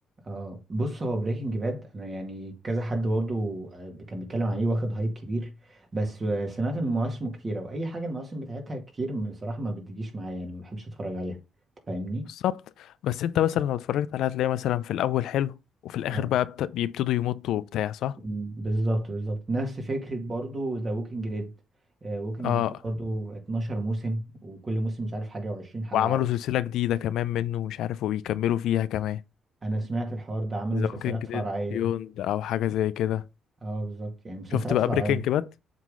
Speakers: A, on the right; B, on the left.
A: اه بص هو بريكنج باد انا يعني كذا حد برضه آه، كان بيتكلم عليه واخد هايب كبير بس آه، سمعت ان مواسمه كتيره واي حاجه المواسم بتاعتها كتير بصراحه ما بتجيش معايا يعني ما بحبش اتفرج عليها انت فاهمني
B: بالظبط بس انت مثلا لو اتفرجت عليها هتلاقي مثلا في الاول حلو وفي الاخر
A: اه
B: بقى بت- بيبتدوا يمطوا وبتاع صح
A: مم، بالظبط بالظبط نفس فكره برضه ذا ووكينج ديد ووكينج
B: اه
A: ديد برضه 12 موسم وكل موسم مش عارف حاجه و20 حلقه
B: وعملوا سلسله جديده كمان منه مش عارف وبيكملوا فيها كمان
A: انا سمعت الحوار ده عملوا
B: ذا
A: مسلسلات
B: ووكينج
A: فرعيه
B: ديد بيوند او حاجه زي كده
A: اه بالظبط يعني مسلسلات
B: شفت بقى
A: فرعيه
B: بريكنج باد